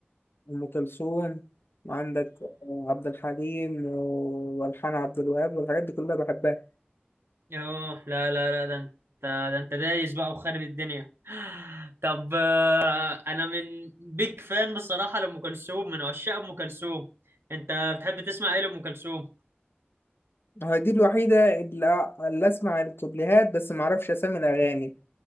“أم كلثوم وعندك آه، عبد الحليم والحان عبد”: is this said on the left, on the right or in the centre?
Left